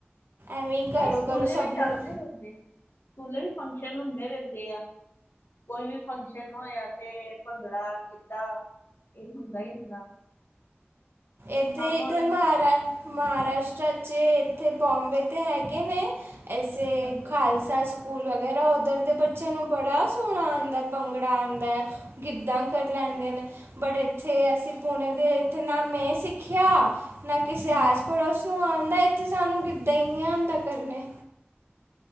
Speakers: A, on the right; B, on the left.
A: ਐਵੇਂ ਹੀ ਕਰੋ
B: ਨਹੀਂ ਸਕੂਲੇ
A: ਕਰੋ ਸਭ
B: ਵੀ
A: ਨੂੰ
B: ਚੱਲਦੇ ਰਹਿੰਦੀ ਸਕੂਲੇ ਵੀ ਫੰਕਸ਼ਨ ਹੁੰਦੇ ਰਹਿੰਦੇ ਆ। ਕੋਈ ਵੀ ਫੰਕਸ਼ਨ ਹੋਇਆ ਤੇ ਭੰਗੜਾ ਗਿੱਧਾ ਇਹ ਹੁੰਦਾ ਹੀ ਹੁੰਦਾ।
A: ਇੱਥੇ
B: ਆ ਹੁਣ
A: ਤੇ ਮਾਰਾ ਹੈ। ਮਹਾਰਾਸ਼ਟਰ 'ਚ ਇੱਥੇ ਬੁੰਬੇ 'ਤੇ ਹੈਗੇ ਨੇ ਐਸੇ
B: ਹਾਂ
A: ਖਾਲਸਾ ਸਕੂਲ ਵਗੈਰਾ ਉੱਧਰ ਦੇ ਬੱਚਿਆਂ ਨੂੰ ਬੜਾ ਸੋਹਣਾ ਆਉਂਦਾ ਭੰਗੜਾ ਆਉਂਦਾ। ਗਿੱਧਾਂ ਕਰ ਲੈਂਦੇ ਨੇ। ਬੜੇ ਇੱਥੇ ਅਸੀਂ ਪੁਣੇੇ ਦੇ ਇੱਥੇ ਨਾ ਮੈਂ ਸਿੱਖਿਆ ਨਾ ਕਿਸੇ
B: ਹੂੰ
A: ਆਸ ਪੜੋਸ। ਉਹ ਆਉਣ ਦਾ ਸਾਨੂੰ ਗਿੱਦਾ ਹੀ ਨਹੀਂ ਆਉਂਦਾ ਕਰਨੇ।